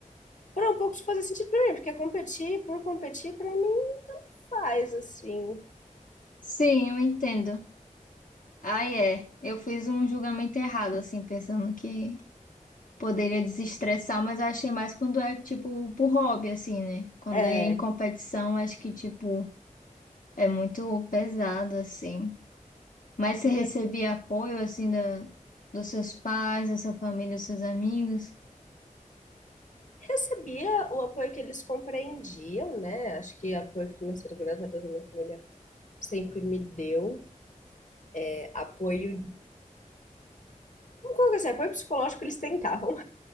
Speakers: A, on the left; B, on the left.
A: parou um pouco de fazer sentido para mim, porque competir por competir para mim faz assim.
B: Sim, eu entendo. Aí é, eu fiz um julgamento errado, assim, pensando que poderia desestressar, mas eu achei mais quando é, tipo, por hobby, assim, né? Quando
A: É,
B: é em competição, acho que, tipo, é muito pesado, assim. Mas você
A: e
B: recebia
A: eu
B: apoio, assim, da, dos seus pais, da sua família, dos seus amigos?
A: recebia o apoio que eles compreendiam, né? Acho que apoio financeiro, graças a Deus, a minha família sempre me deu é, apoio Vamos colocar assim, apoio psicológico eles tentavam,